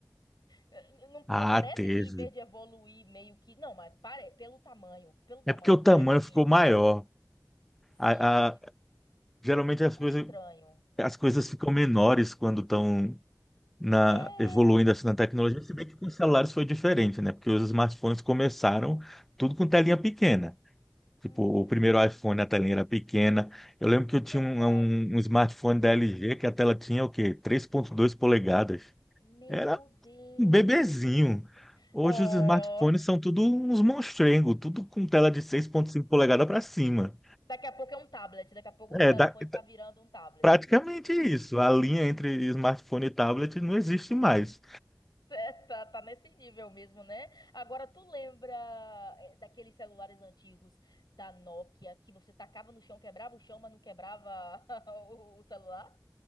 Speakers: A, on the left; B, in the centre.
A: Eh, Não,
B: Ah,
A: não parece
B: teve.
A: que em vez de evoluir meio que. Não, mas pare... pelo tamanho. Pelo tamanho,
B: É porque o
A: não
B: tamanho
A: parece que.
B: ficou maior.
A: Sim,
B: A- a- geralmente
A: ficou
B: as coisas,
A: estranho.
B: as coisas ficam menores quando estão na,
A: É.
B: evoluindo assim na tecnologia. Se bem que com os celulares foi diferente, né? Porque os smartphones começaram tudo com telinha pequena. Tipo,
A: Hum,
B: o primeiro iPhone, a telinha era pequena. Eu lembro que eu tinha
A: verdade.
B: um, um- um smartphone da LG que a tela tinha o quê? três ponto dois polegadas.
A: Meu
B: Era
A: Deus.
B: um bebezinho. Hoje
A: Oh,
B: os smartphones são tudo uns monstrengos, tudo com tela de seis ponto cinco polegadas para cima.
A: daqui a pouco é um tablet. Daqui a pouco os telefones
B: É da-
A: tá virando um tablet.
B: praticamente
A: <laughs>
B: isso. A linha entre smartphone e tablet não existe mais.
A: É, Tá, tá nesse nível mesmo, né? Agora tu lembra eh, daqueles celulares antigos da Nokia que você tacava no chão, quebrava o chão, mas não quebrava <laughs> o o celular?